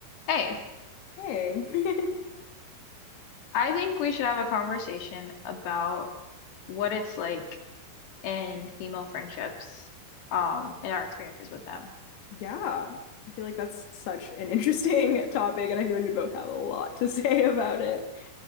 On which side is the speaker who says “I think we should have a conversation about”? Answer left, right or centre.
Left